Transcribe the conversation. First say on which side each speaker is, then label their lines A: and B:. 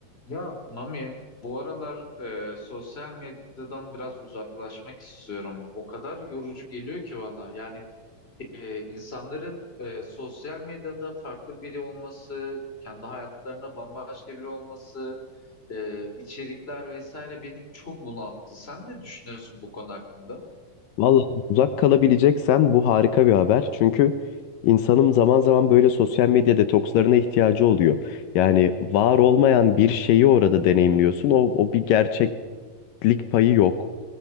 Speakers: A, on the left; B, on the left.
A: Ya Mami, bu aralar e, sosyal medyadan biraz uzaklaşmak istiyorum. O kadar yorucu geliyor ki bana. Yani e, insanların e, sosyal medyada farklı biri olması, kendi hayatlarında bambaşka biri olması, e, içerikler vesaire beni çok bunalttı. Sen ne düşünüyorsun bu konu hakkında?
B: Vallahi uzak kalabileceksen bu harika bir haber. Çünkü insanın zaman zaman böyle sosyal medya detokslarına ihtiyacı oluyor. Yani var olmayan bir şeyi orada deneyimliyorsun. O, o bir gerçeklik payı yok.